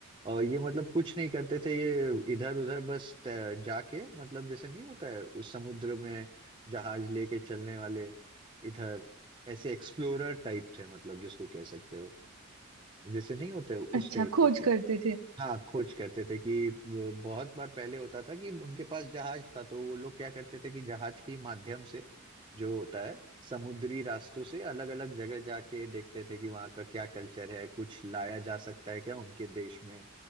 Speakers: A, on the right; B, on the right.
A: और ये मतलब कुछ नहीं करते थे ये इधर उधर बस तै- जाके मतलब जैसे नहीं होता है उस समुद्र में जहाज लेके चलने वाले इधर ऐसे एक्सप्लोरर टाइप थे मतलब जिसको कह सकते हो जैसे नहीं होते
B: अच्छा
A: उस टाइप
B: खोज
A: के थे
B: करते थे
A: हाँ खोज करते थे कि वो बहुत बार पहले होता था कि उनके पास जहाज था तो वो लोग क्या करते थे कि जहाज के माध्यम से जो होता है समुद्री रास्तों से अलग अलग जगह जाके देखते थे कि वहाँ का क्या कल्चर है कुछ लाया जा सकता है क्या उनके देश में